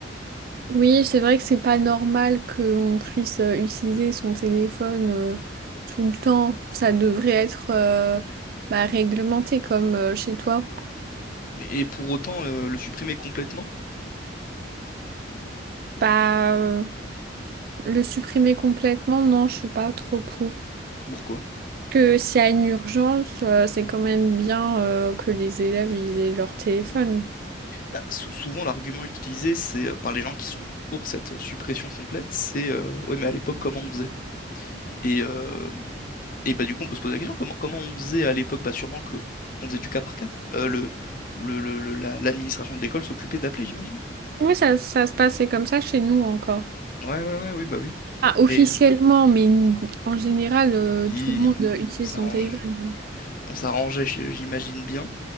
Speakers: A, on the right; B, on the left.
A: oui, c'est vrai que c'est pas normal qu'on puisse euh, utiliser son téléphone euh, tout le temps. Ça devrait être euh, bah, réglementé comme euh, chez toi.
B: Mais- Et pour autant, euh, le supprimer complètement,
A: Bah euh, le supprimer complètement, non, je suis pas trop pour.
B: pourquoi?
A: que s'il y a une urgence, euh, c'est quand même bien euh, que les élèves ils aient leur téléphone.
B: Bah, sou- souvent, l'argument utilisé c'est euh, par les gens qui sont pour cette suppression complète, c'est euh, ouais, mais à l'époque, comment on faisait? Et, euh, et bah, du coup, on peut se poser la question, comment, comment on faisait à l'époque? Bah, sûrement que, qu'on faisait du cas par cas. Euh, le, le, le- le- la- l'administration de l'école s'occupait d'appeler, j'imagine.
A: Oui, ça, ça se passait comme ça chez nous encore.
B: Ouais, ouais, ouais, oui, bah oui.
A: Ah,
B: Mais
A: officiellement,
B: euh,
A: mais n- en général, euh,
B: oui,
A: tout le monde euh,
B: oui,
A: utilise
B: on s'arrangeait.
A: son téléphone.
B: On s'arrangeait, j- j'imagine bien.